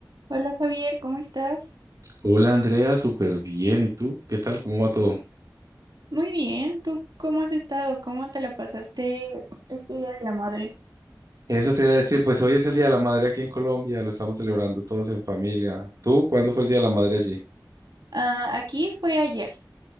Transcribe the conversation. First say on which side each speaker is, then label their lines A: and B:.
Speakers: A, on the right; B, on the right.
A: Hola Javier, ¿cómo estás?
B: Hola Andrea, súper bien. ¿Y tú? ¿Qué tal? ¿Cómo va todo?
A: Muy bien, ¿tú cómo has estado? ¿Cómo te la pasaste este Día de la Madre?
B: Eso te iba a decir, pues hoy es el Día de la Madre aquí en Colombia, lo estamos celebrando todos en familia. ¿Tú cuándo fue el Día de la Madre allí?
A: Ah, aquí fue ayer.